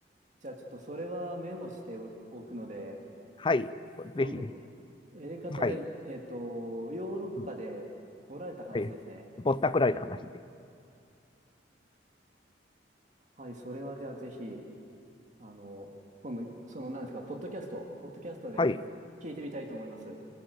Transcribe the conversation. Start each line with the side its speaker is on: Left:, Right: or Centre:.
Right: じゃあちょっとそれはメモしておくおくので、
Left: はい、
Right: 今度、
Left: ぜひぜひ。
Right: やり方で、
Left: はい。
Right: えっと、ヨーロッパでボラれた話ですね。
Left: うんはい。ぼったくられた話で。
Right: はい、それはじゃあぜひ、あの、今度、その、何ですか、ポッドキャスト、ポッドキャストで聞いてみたいと思います。
Left: はい。